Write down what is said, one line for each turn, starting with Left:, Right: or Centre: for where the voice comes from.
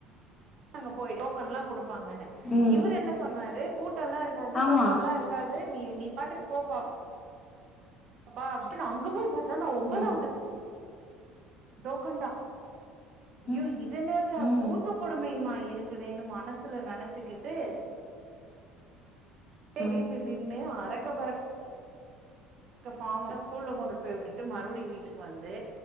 Right: நாங்க போய்ட் டோக்கன் லா குடு பாங்கன்னு
Left: ம்
Right: இவரு என்ன சொன்னாரு கூட்டல்லாருக்காது
Left: ஆமா
Right: டோக்கன் லா இருக்காது நீ நீ பாட்டுக்கு போ பா பா அப்டின் அங்க போய் பாத் தனா ஒம்பதாவ்து
Left: ம்
Right: லோகண்டா <unintelligible>
Left: ம்
Right: ய்யோ இதனெங்கடா
Left: ம்
Right: கூத்துங் கொடுமையு மா இருக் இருக்குதேன்னு மனசுல நெனச்சுக்கிட்டு
Left: ம்
Right: அடனு நன <unintelligible> பறக்க பறக்க பார் ஸ்கூல்ல கொண்டு போய் விட்டுட்டு மறுபடியு வீட்டுக்கு வந்து